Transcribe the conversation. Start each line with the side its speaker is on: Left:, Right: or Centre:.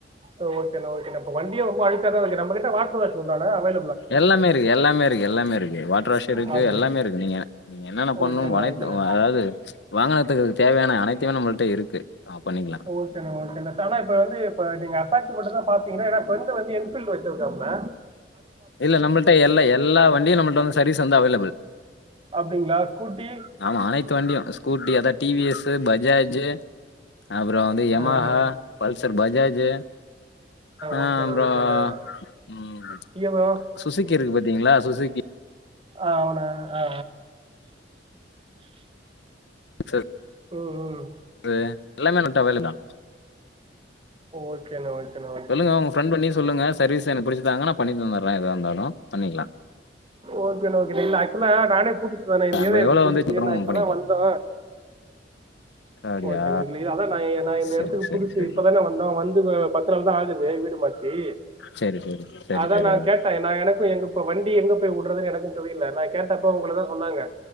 Right: ம் ஓகேண்ணே ஓகேண்ணே இப்ப வண்டியு ரொம்ப அழுக்காதா இருக்கு நம்பகிட்ட வாட்டர் வாஷ் உண்டாண அவைல்
Left: எல்லாமே இருக்கு எல்லாமே இருக்கு எல்லாமே இருக்கு வாட்டர் வாஷ் இருக்கு
Right: அப்படி
Left: எல்லாமே இருக்கு நீங்க நீங்க என்னென்ன பண்ணு
Right: ஓகேண்ணா
Left: வனைத்
Right: ஓகேண்ணா
Left: அதாவது ம்ச் வாகனத்துக்கு தேவையான அனைத்துமே நம்மள்ட இருக்கு ஆ பண்ணிக்கலா
Right: ஓகேண்ணே ஓகேண்ணே தல இப்ப வந்து இப்ப நீங்க <unintelligible> தா பாப் என்னோட ஃப்ரண்டு வந்து என்ஃபீல்டு வச்சிருந்தாப்ல
Left: இல்ல நம்மள்ட்ட எல்ல எல்லா வண்டியு நம்மள்ட வந்து சர்வீஸ் வந்து அவைலபுள்
Right: அப்படிங்களா ஸ்கூட்டி
Left: ஆமா அனைத்து வண்டியு ஸ்கூட்டி எத டிவிஎஸு பஜாஜ் ஜு அப்புறம் வந்து யமாஹா
Right: ஆ
Left: பல்சர் பஜாஜு ஆ
Right: ஓகேண்ணா
Left: அப்றம்
Right: ஓகேண்ணா
Left: ம்
Right: ஹீரோ
Left: சுசிகி இருக்கு பாத்தீங்களா சுசிகி
Right: ஆமாண ஆ
Left: செரி
Right: ம் ம்
Left: ரி எல்லாமே நட்ட வேலிதா
Right: ஓகேண்ணா ஓகேண்ணா ஓகேண்ணா
Left: சொல்லுங்க உங்க ஃப்ரெண்ட் பண்ணி சொல்லுங்க சர்வீஸ் எனக்கு புடிச்சுதாங்க நா பண்ணி தந்துற ஏதா இருந்தாலு பண்ணிக்லா
Right: ஓகேணா ஓகேணா இல்ல ஆக்சுலா நானே புதுசுதா நா இந்தியேவே
Left: நம்ம எவ்வளோ
Right: பு புதுசுதா
Left: வந்துச்சு அப்புறமா
Right: நா இப்பதா
Left: பண்ணிக்கலா
Right: வந்தோ
Left: அப்டியா
Right: ஓகேணா இலியா அதா நா இந் நா இந்த
Left: சரி
Right: எடத்துக்கு
Left: சரி
Right: புதுசு
Left: சரி
Right: இப்பதாணா வந்தோ வந்து பத்து நாள்தா ஆவுது இது <unintelligible> செரி
Left: சரி சரி சரி
Right: அதா
Left: சரி
Right: நா கேட்ட ஏனா எனக்கும் எங்க இப்ப வண் ண்டிய எங்க போய் உடுறது எனக்கும் தெரில இல்ல நா கேட்டப்போ உங்களதா சொன்னாங்க